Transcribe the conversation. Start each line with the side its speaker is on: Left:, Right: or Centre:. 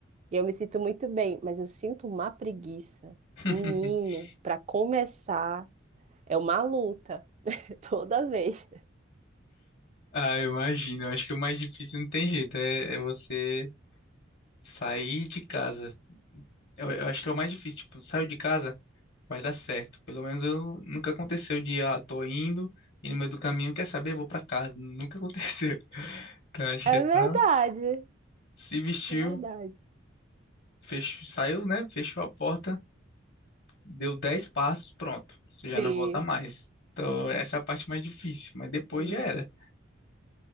Right: E eu me sinto muito bem, mas eu sinto uma preguiça.
Left: <laughs>
Right: Menino, para começar, é uma luta <laughs> toda vez.
Left: Ah, eu imagino. Eu acho que o mais difícil não tem jeito, é, é você sair de casa. Eu, eu acho que é o mais difícil, tipo, saio de casa, vai dar certo. Pelo menos eu nunca aconteceu de, ah, tô indo e no meio do caminho, quer saber, vou pra casa. Nunca aconteceu. <laughs> Então acho
Right: É
Left: que é só
Right: verdade.
Left: se vestiu,
Right: É Verdade.
Left: fechou, saiu, né? Fechou a porta, deu 10 passos, pronto, você
Right: Sim.
Left: já não volta mais. Então, essa é a parte mais difícil, mas depois
Right: Hum.
Left: já era.